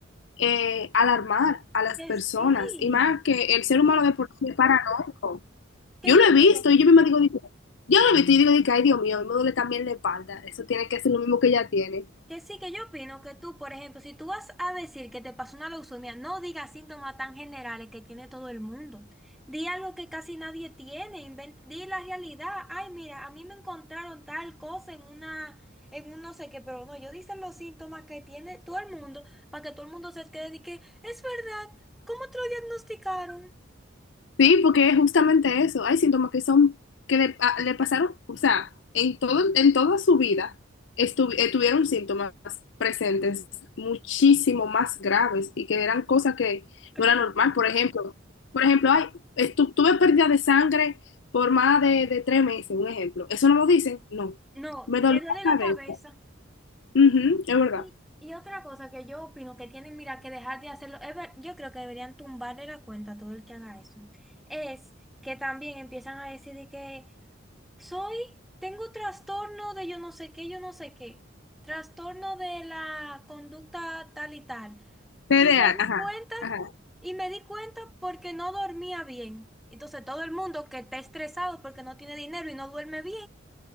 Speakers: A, on the left (about 65°); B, in the centre.
A: eh, alarmar a las
B: que
A: personas,
B: sí,
A: y más que el ser humano de por sí es paranoico.
B: que
A: Yo
B: yo
A: lo he
B: opino?
A: visto, y yo misma digo, de que- yo lo he visto, y digo, de que, ay, Dios mío, me duele también la espalda, eso tiene que ser lo mismo que ella tiene.
B: Que sí, que yo opino que tú, por ejemplo, si tú vas a decir que te pasó una leucemia, no digas síntomas tan generales que tiene todo el mundo. Di algo que casi nadie tiene, inven- di la realidad. Ay, mira, a mí me encontraron tal cosa en una, en un no sé qué, pero no, yo dicen los síntomas que tiene todo el mundo para que todo el mundo se quede y que es verdad, ¿cómo te lo diagnosticaron?
A: Sí, porque es justamente eso. Hay síntomas que son, que le, a- le pasaron, o sea, en todo, en toda su vida estu- eh, tuvieron síntomas presentes muchísimo más graves y que eran cosas que
B: Claro.
A: no era normal. Por ejemplo, por ejemplo, hay, estu- tuve pérdida de sangre por más de, de tres meses, un ejemplo. ¿Eso no lo dicen? No.
B: No,
A: Me
B: me
A: dolió
B: duele la
A: la cabeza.
B: cabeza.
A: Ujú, es verdad.
B: Y, y otra cosa que yo opino que tienen, mira, que dejar de hacerlo, es ver- yo creo que deberían tumbarle la cuenta a todo el que haga eso, es que también empiezan a decir de que soy, tengo trastorno de yo no sé qué, yo no sé qué, trastorno de la conducta tal y tal.
A: T
B: Y
A: TDA,
B: me di
A: ajá.
B: cuenta,
A: ajá.
B: y me di cuenta porque no dormía bien. Entonces todo el mundo que está estresado porque no tiene dinero y no duerme bien,